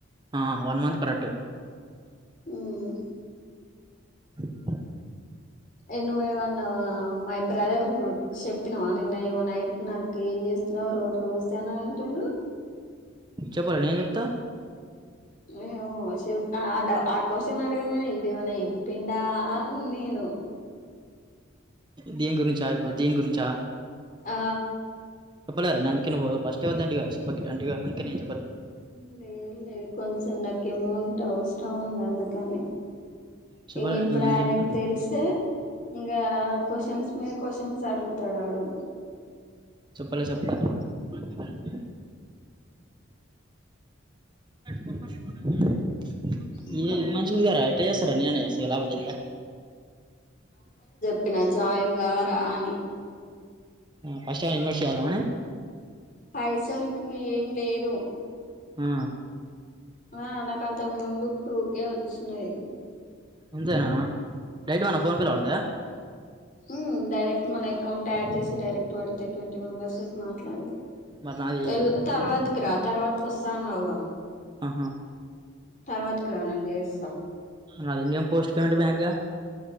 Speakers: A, on the right; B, on the left.
A: ఆ వన్ మంత్ కరెక్ట్
B: ఉమ్,
A: <unintelligible>
B: ఏ నువ్వేమన్న అమ్మాయి బ్రదర్ చెప్పినావా నిన్న ఏమో నైట్ నాకు ఏం చేస్తున్నావ రో రోజు జనా అంటుండు
A: చెప్పలే ఏ చెప్తా
B: ఇ ఆ ఓ చెప్ ఆ ఆడ ఆ క్యూస్షన్ అడగమను ఈడేమన్న చెప్పిండా అ నేను
A: దీని గురించా ఇప్పుడు దీని గురించా
B: ఆ
A: చెప్పలే అ ఫస్ట్ చెప్ప అేను చెప్పలే
B: ఇ లే ఇ లే కొంచ చెనాక ఎమౌంట్ అవసర్ అవును అందుకనే
A: చెప్పలే
B: ఇంగ ఇప్పుడు
A: నేను ఎందుకు
B: ఆయనకు
A: చెప్తా
B: తెలిస్తే ఇంకా క్వశ్చన్స్ మీ క్వశ్చన్స్ <unintelligible> అడుగుతాడు ఆడు
A: మళ్ళీ చెప్తా <unintelligible> పంత <unintelligible>
B: అట్లా
A: ఇదే ఇది మనుషుందిగార ఎట్ల చెస్సారూ అన్యానేసి ఎలా ఉండదియా
B: <unintelligible> జాయిన్ గారా అని
A: ఫస్ట్ టైమ్ ఇన్వెస్ట్ చెయ్యాలా మనం
B: పైసలకి ఏం లేదు
A: హ్మ్
B: ఆ నా కంతకు ముందు టూకే వొ చినయ్
A: అంతేనా డైట్ మా నా ఫోన్ పేలో పడతాయా
B: ఉమ్ డైరెక్ట్ మన అకౌంట్ యాడ్చేసి డైరెక్ట్ పడతాయి ట్వంటీ మెంబర్స్ మా ట్లాడు
A: మరి నాది
B: ఎల్ తర్వాత క్క రా తర్వా కొస్తాన్నావ్గా
A: ఆహా
B: తర్వాతకి రా నేను జేస్తా
A: నాది ఇండియ పోస్ట్ పేమెంట్ బ్యాంక్గా